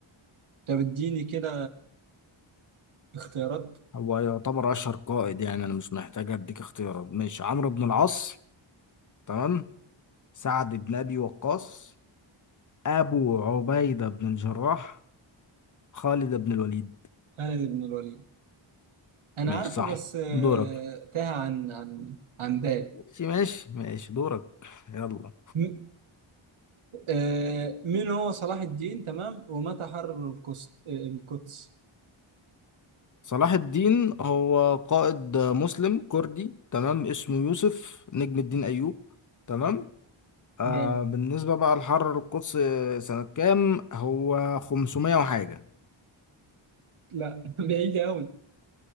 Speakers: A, on the right; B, on the left.
A: طب اديني كده اختيارات
B: هو يعتبر اشهر قائد يعني انا مش محتاج اديك اختيارات ماشي عمرو بن العاص تمام سعد بن ابي وقاص ابو عبيدة بن الجراح خالد بن الوليد
A: خالد بن الوليد انا
B: ماشي
A: عارفه
B: صح
A: بس آه،
B: دورك
A: تاه عن عن عن بالي
B: ماشي ماشي ماشي دورك يلا
A: م- آه، مين هو صلاح الدين تمام ومتى حرر القدس آه، القدس
B: صلاح الدين هو قائد مسلم كردي تمام اسمه يوسف نجم الدين أيوب تمام آه
A: جامد
B: بالنسبة بقى لحرر القدس سنة كام هو 500 وحاجة
A: لا <laughs> بعيد قوي